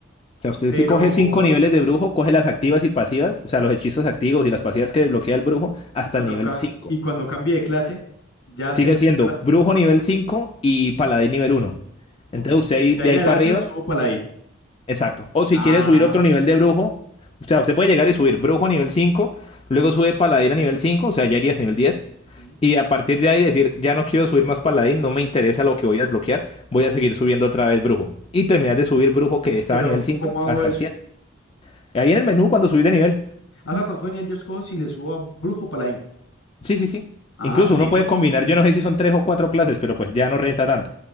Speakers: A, on the left (about 25°); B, on the left (about 75°).
A: O sea, usted
B: Pero,
A: si coge 5 niveles de brujo, coge las activas y pasivas, o sea, los hechizos activos y las pasivas que desbloquea el brujo hasta
B: y cuando,
A: el nivel
B: ca-
A: 5.
B: y cuando cambie de clase, ya
A: Sigue
B: se desaparece
A: siendo
B: la-
A: brujo nivel 5 y paladín nivel uno. Entonces
B: Ok.
A: usted
B: Y
A: ahí,
B: de
A: de
B: ahí en
A: ahí
B: adelante
A: para arriba
B: subo paladín.
A: Exacto. O si
B: Ah.
A: quiere subir otro nivel de brujo, o sea, usted puede llegar y subir brujo a nivel 5, luego sube paladín a nivel 5, o sea, ya irías nivel 10
B: ujú.
A: y a partir de ahí decir, ya no quiero subir más paladín, no me interesa lo que voy a desbloquear, voy a seguir subiendo otra vez brujo. Y terminar de subir brujo que estaba
B: Pero,
A: a nivel
B: c-
A: 5
B: ¿cómo hago
A: hasta
B: eso?
A: el 7. Ahí en el menú cuando subís de nivel.
B: Ah, o sea, cuando fue en el yo escojo si le subo a brujo o paladín.
A: Sí, sí, sí.
B: Ah,
A: Incluso
B: creí
A: uno puede
B: que.
A: combinar, yo no sé si son tres o cuatro clases, pero pues ya no renta tanto.